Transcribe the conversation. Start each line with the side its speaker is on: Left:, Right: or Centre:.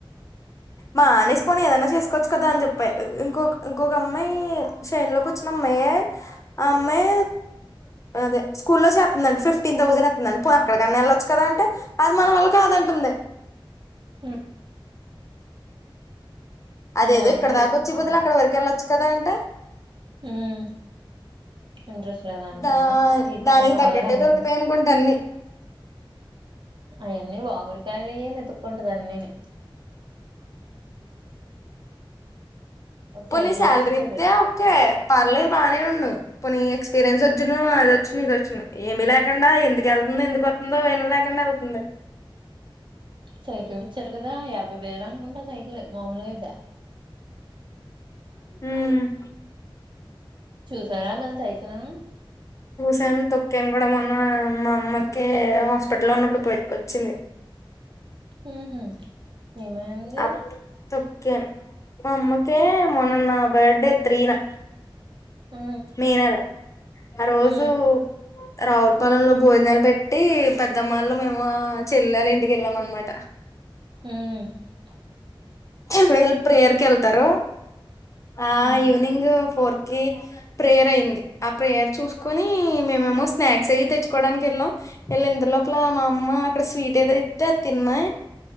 Left: మానేసిపోని ఏదైనా చేసుకోవచ్చు కదా అని చెప్పాయి ఇంకొక ఇంకొక అమ్మాయి షైన్ లోకి వచ్చినమ్మా అమ్మే ఆ అమ్మాయి అదే స్కూల్లో లో చేతుందండి ఫిఫ్టీన్ థౌసండ్ ఎతుందండి అక్కడికన్నా వెళ్ళొచ్చు కదా అంటే అది మన వాల్ళ కాదంటుంది
Right: ఆ
Left: అదేదో
Right: నీ వాయిస్
Left: ఇక్కడ
Right: బ్రేక్
Left: దాకా వచ్చి
Right: అవుతుంది
Left: బదులు అక్కడ వరకు వెళ్ళొచ్చు కదా అంటే
Right: ఉమ్ ఇంట్రెస్ట్ లేదా అంటుందా
Left: దా
Right: టీచింగ్
Left: దానికి
Right: నావళ్ళ
Left: తగ్గట్టే
Right: కాదండి
Left: దొరుకుతాయి అనుకుంటా అన్ని
Right: అవన్నీ వాగుడుకాయలని ఎతుక్కుంటది అన్నిని ఒక
Left: పోనీ
Right: సైకిల్
Left: సాలరీ
Right: ఒకటి ఇచ్చారు
Left: ఇత్తే ఒకే పర్లేదు బానే ఉండు పోనీ ఎక్స్పీరియన్స్ వచ్చున్న అది వచ్చునా ఇది వచ్చునా ఏమీ లేకుండా ఎందుకు వెళ్తుందో ఎందుకు వస్తుందో విన్లే కుండా వెళ్తుంది
Right: సైకిల్ ఇచ్చారు కదా యాభై వేలు అనుకుంటా సైకిల్ మామలుగయితే
Left: ఉమ్
Right: చూసారా దాని సైకిలు
Left: సాను తొక్కాను కూడా మొన్న మా అమ్మకి హాస్పిటల్లో ఉన్నప్పుడు పట్టుకొచ్చింది
Right: ఉహు ఏమైంది
Left: అప్ తొక్కాను మా అమ్మకి మొన్న నా బర్త్డే త్రీనా
Right: ఉ
Left: మే నెల ఆ రోజు
Right: ఉ
Left: రావులపాలెంలో భోజనాలు పెట్టి పెద్దమ్మాళ్లు మేము చెల్లెలు వల్ల ఇంటిక వెళ్ళాం అన్నమాట
Right: ఉమ్
Left: వీళ్ళు ప్రేయర్కెళ్తరు ఆ
Right: ఉ
Left: ఈవినింగ్ ఫోర్ కి ప్రేయర్ అయింది ఆ ప్రేయర్ చూసుకుని మేమేమో స్నాక్స్ అయి తెచ్చుకోడానికి వెళ్ళాం వెళ్ళేంత లోపల మా అమ్మ అక్కడ స్వీట్ ఏదో ఇత్తే అది తిన్నా